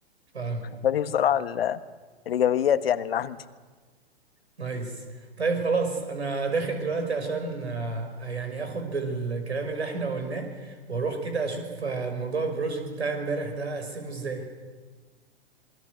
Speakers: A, on the right; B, on the left.
A: فاهمك
B: فدي بصراحه ال- الايجابيات يعني اللي عندي
A: نايس طيب خلاص انا داخل دلوقتي عشان آه، يعني اخد بالكلام اللي احنا قلناه واروح كده اشوف آه، موضوع البروجكت بتاع امبارح ده اقسمه ازاي